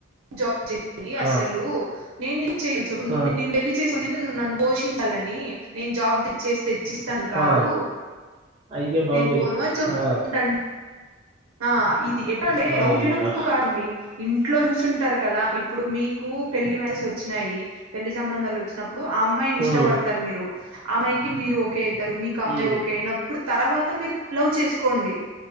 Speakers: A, on the right; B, on the right.
A: జాబ్ చెయాలి అసలు
B: ఆ
A: నేను ఏం
B: ఆ
A: వళ్ళి చేసుకుని నన్ను పోషించ లని నేను జాబ్ చేసి తెచ్చిస్తాను కాదు
B: ఆ అయ్య బాబోయ్
A: నేను పోను అని చెప్తుంటండి
B: ఆ
A: ఆ ఇది ఎట్ అ
B: అయ్యా
A: రౌ చేప్పు కాదండి ఇంట్లో చూసింటారు కదా ఇప్పుడు మీకు పెళ్లి మెస్ వచ్చినాయి పెళ్లి సంబంధాలు వచ్చినప్పుడు ఆ అమ్మాయిని ఇష్టపడతారు
B: ఉమ్
A: మీరు అమ్మాయికి మీరు ఒకే అవుతారు మీకు అమ్మాయి
B: ఉమ్
A: ఓకే అయినప్పుడు తర్వాత మీరు లవ్ చేసుకోండి